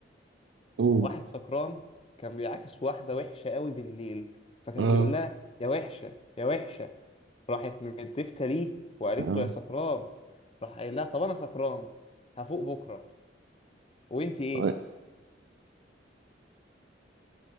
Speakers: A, on the right; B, on the left.
A: قول
B: واحد سكران كان بيعاكس واحدة وحشة قوي بالليل فكان
A: اه
B: بيقول لها يا وحشة يا وحشة راحت ملتفتة ليه وقالت
A: اه
B: له يا سكران راح قايل لها طب أنا سكران هفوق بكرة وأنت إيه؟
A: <laughs>